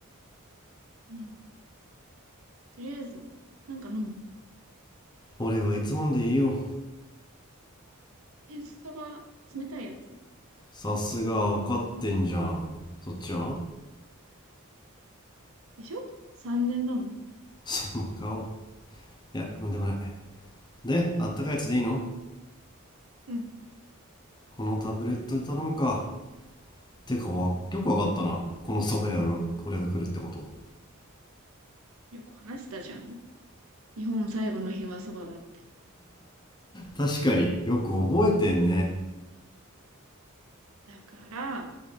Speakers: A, on the right (about 75°); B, on the left (about 20°).
A: うん。とりあえず、なんか飲む。
B: 俺はいつもんでいいよ
A: 天そば、冷たいやつ。
B: さすが分かってんじゃんそっちは
A: でしょ ?3 年だもん。
B: その顔いやなんでもないであったかいやつでいいの
A: うん。
B: このタブレットで頼むかてかよく分かったなこの蕎麦屋を俺が来るってこと
A: よく話したじゃん。日本最後の日はそばだって。
B: 確かによく覚えてんね
A: だから、